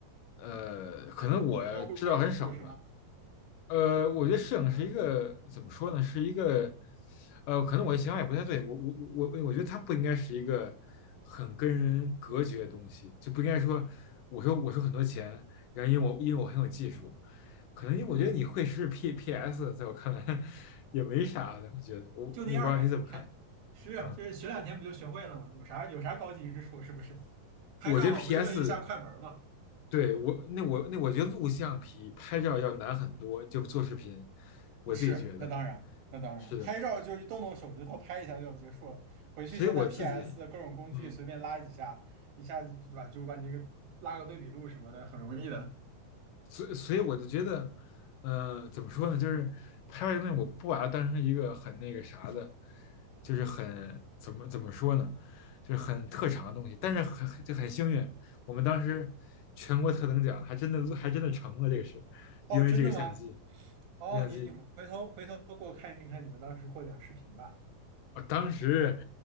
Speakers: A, on the left; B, on the right.
A: 呃，可能我知道很少吧。
B: 很高贵之处是吗？
A: 呃，我觉得摄影是一个怎么说呢？
B: 嗯
A: 是一个，呃，可能我的想法也不太对。我我我我我觉得它不应该是一个很跟人隔绝的东西，就不应该说我说我说很多钱，然后因为我因为我很有技术，可能因为我觉得你会是
B: 嗯，
A: P P S，在我看来 <laughs> 也没啥的。我觉得我我不知道你怎么看，
B: 就那样呗，还是就是学两天不就学会了吗？
A: 啊？
B: 有啥有啥高级之处是不是？拍照嘛，
A: 我觉得 P
B: 不就摁一下快门儿嘛。
A: S 对我那我那我觉得录像比拍照要难很多，就做视频，我自己觉得
B: 是，那当然，那当然，
A: 是的。
B: 拍照就是动动手指头拍一下就结束了。回去现在
A: 所以我自己，
B: PS 各种工具随便拉几下，
A: 嗯，
B: 一下子对吧，就把你个拉个对比度什么的，很容易的。
A: 所以所以我就觉得，呃，怎么说呢？就是拍外东西，我不把它当成一个很那个啥的，就是很怎么怎么说呢？就是很特长的东西。但是很就很幸运，我们当时全国特等奖还真的还真的成了这个事，
B: 哦，
A: 因为这个相机，
B: 真的吗？哦，
A: 相机，
B: 你你回头回头给我看一看你们当时获奖视频吧。
A: 我当时。